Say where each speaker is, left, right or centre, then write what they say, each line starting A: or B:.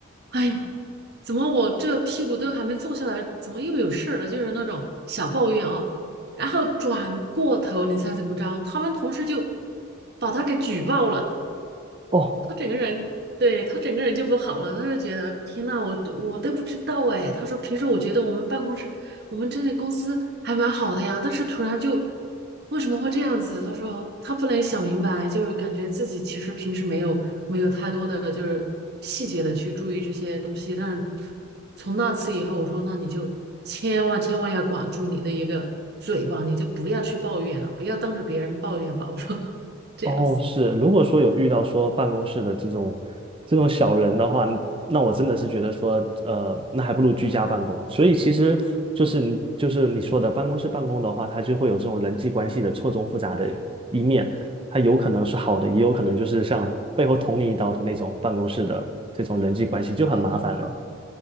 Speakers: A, on the right; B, on the right.
A: 哎呀怎么我这屁股都还没坐下来，怎么又有事儿了？就是那种小抱怨啊、然后转过头，你猜怎么着？他们同事就把他给举报了。
B: 哦，
A: 他整个人，对，他整个人就不好了，他就觉得天呐，我我都不知道哎。他说平时我觉得我们办公室，我们这里公司还蛮好的呀，但是突然就为什么会这样子？他说他不能想明白，就是感觉自己其实平时没有没有太多的就是细节的去注意这些东西，但是从那次以后，我说那你就千万千万要管住你的一个嘴巴，你就不要去抱怨了，不要当着别人抱怨吧。我说 <laughs> 这样子，
B: 哦，是，如果说有遇到说办公室的这种这种小人的话，那我真的是觉得说，呃，那还不如居家办公。所以其实就是你就是你说的办公室办公的话，它就会有这种人际关系的错综复杂的一面，它有可能是好的，也有可能就是像背后捅你一刀的那种办公室的这种人际关系就很麻烦了。
A: 对